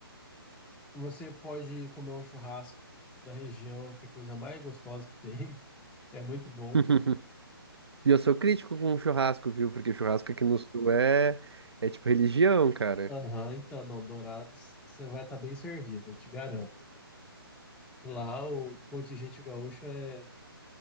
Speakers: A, in the centre; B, on the right (about 90°).
A: você pode comer um churrasco da região, que é a coisa mais gostosa que tem. <laughs> É muito bom.
B: <laughs> E eu sou crítico com churrasco, viu? Porque churrasco aqui no sul é, é tipo religião, cara.
A: Aham, então, não, Dourados, você vai estar bem servido, eu te garanto. Lá o contingente gaúcho é